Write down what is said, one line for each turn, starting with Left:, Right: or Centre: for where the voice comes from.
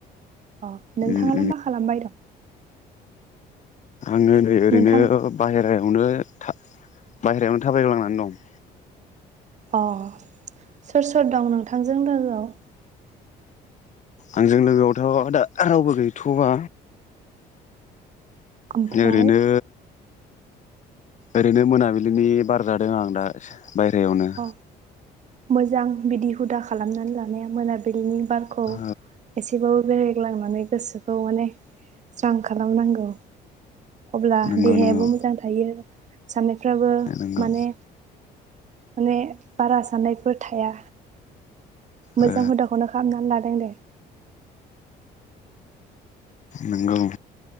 Right: अ नोंथाङालाय
Left: उम उम
Right: मा खालामबाय दं?
Left: आंङो नै ओरैनो
Right: नोंथां
Left: बाहेरायाव यावनो था बायरायावनो थाबायग्लांनानै दं।
Right: अ सोर सोर दं नोंथांजों लोगोआव
Left: आंजों लोगोआवथ दा रावबो गैथ'वा
Right: ओमफ्राय
Left: ओरैनो ओरैनो मोनाबिलिनि बार जादों आं दा बायरायावनो।
Right: अ मोजां बिदि हुदा खालामनानै लानाया मोनाबिलिनि बारखौ
Left: औ
Right: एसेबाबो बेराय रायग्लांनानै गोसोखौ माने स्रां खालामनांगौ। अब्ला
Left: नंगौ
Right: देहायाबो
Left: नंगौ
Right: मोजां थायो <unintelligible> साननायफ्राबो
Left: नंगौ
Right: माने माने बारा साननायफोर थाया। मोजां
Left: ओ
Right: हुदाखौनो खामनानै लादों दे। <inaudible>
Left: नंगौ